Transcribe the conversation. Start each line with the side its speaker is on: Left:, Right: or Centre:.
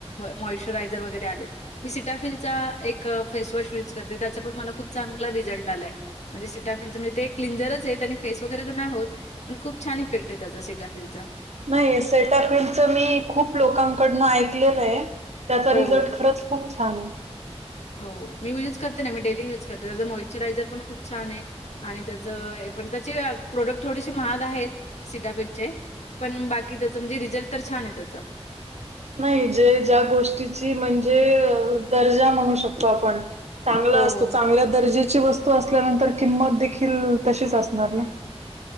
Left: मॉचरायझर वगैरे आले.... मी सिटाफिलचा एक फेसवॉश युज करते त्याचा पण मला खूप चांगला रिझल्ट आलाय.... म्हणजे सटफिल तर म्हणे ते क्लिंजरच आहेत आणि फेस वगैरे तर नाही होत पण खूप छान इफेक्ट आहे त्याचा सिटाफिलचा...
Right: नाही सेटाफिमच मी खूप लोकांकडन ऐकलेलं आहे.... त्याचा
Left: हो,
Right: रिझल्ट खरंच खूप छान आहे....
Left: हो मी युज करते ना मी डेली युज करते त्याचां मॉइश्चरायझर खूप छान आहे..... आणि त्याचं पण त्याचे प्रोडक्ट थोडेसे महाग आहेत सिटाफीलड चे.... पण बाकी त्याचं म्हणजे रिझल्ट तर छान आहे त्याचा....
Right: नाही जे ज्या गोष्टीची म्हणजे दर्जा म्हणू शकतो आपण.... चांगला
Left: हो.
Right: असतो चांगल्या दर्जेची वस्तू असल्यानंतर किंमत देखील तशीच असणार ना...